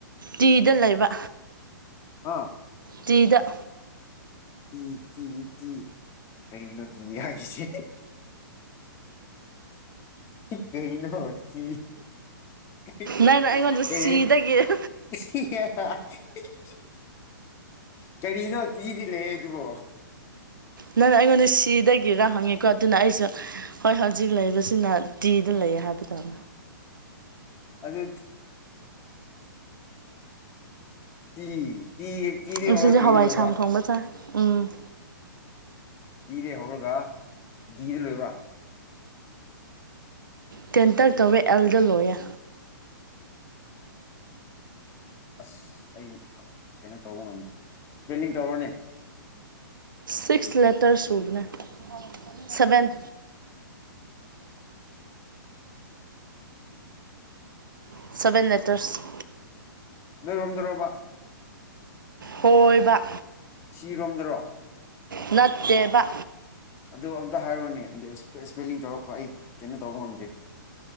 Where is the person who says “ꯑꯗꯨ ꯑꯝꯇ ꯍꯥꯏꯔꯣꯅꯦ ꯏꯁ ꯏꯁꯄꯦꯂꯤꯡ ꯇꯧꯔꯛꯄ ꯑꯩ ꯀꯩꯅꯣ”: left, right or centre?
Left